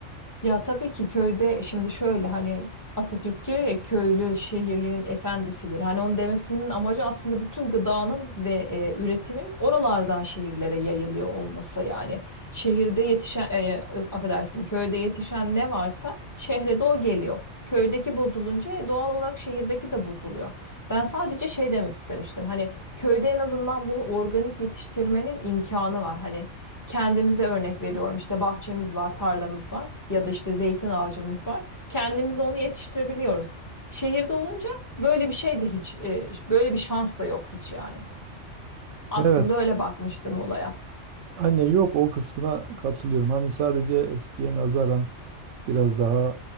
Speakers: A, on the left; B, on the right.
A: Ya tabii ki köyde şimdi şöyle hani Atatürk diyor ya köylü şehirlinin efendisidir. Hani onun demesinin amacı aslında bütün gıdanın ve e, üretimin oralardan şehirlere yayılıyor olması. Yani şehirde yetişen, e, e, affedersin köyde yetişen ne varsa şehre de o geliyor. Köydeki bozulunca e, doğal olarak şehirdeki de bozuluyor. Ben sadece şey demek istemiştim. Hani köyde en azından bunu organik yetiştirmenin imkanı var. Hani kendimize örnek veriyorum işte bahçemiz var, tarlamız var ya da işte zeytin ağacımız var. Kendimiz onu yetiştirebiliyoruz. Şehirde olunca böyle bir şey de hiç e, böyle bir şans da yok hiç yani. Aslında
B: Evet.
A: öyle bakmıştım olaya.
B: Anne yok o kısmına katılıyorum. Hani sadece eskiye nazaran biraz daha